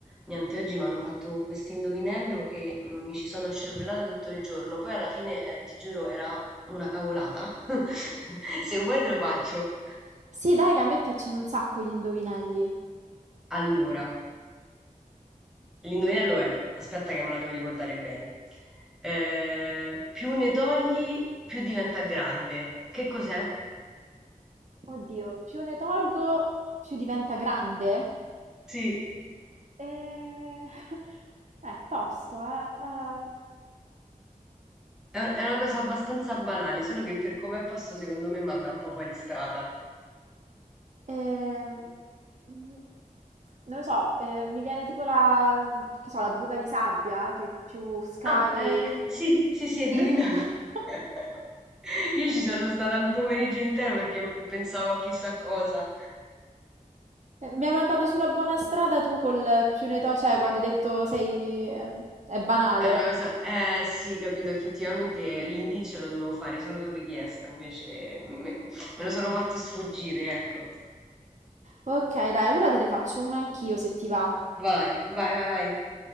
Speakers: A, in the centre; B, on the right.
A: Niente, oggi mi hanno fatto questo indovinello che mm, mi ci sono scervellata tutto il giorno, poi alla fine, eh, ti giuro, era una cavolata. <laughs> Se vuoi te lo faccio.
B: Sì, dai, che a me piacciono un sacco gli indovinelli.
A: Allora, l'indovinello è, aspetta che me lo devo ricordare bene, Eh, più ne togli, più diventa grande. Che cos'è?
B: Oddio, più ne tolgo, più diventa grande?
A: Sì,
B: Eh, <laughs> È tosto, eh.
A: è un- è una cosa abbastanza banale, solo che per come è posto secondo me manda un po' fuori strada.
B: Eh, eh, mm, Non lo so, eh, mi viene tipo la, che so, la buca di sabbia, che più scavi...
A: Oh, ehm, sì, sì, sì, hai indovinato.
B: Sì? <laughs>
A: <laughs> Io ci sono stata un pomeriggio intero perché pensavo a chissà cosa.
B: Eh, Mi hai mandato sulla buona strada tu col più ne to, cioè quando hai detto sei... eh, è banale.
A: È una cosa, eh sì, capito, effettivamente l'indizio lo dovevo fare solo su richiesta, invece me, me lo sono fatto sfuggire, ecco.
B: Okay, dai, allora te ne faccio una anch'io se ti va.
A: Vai, vai, vai, vai.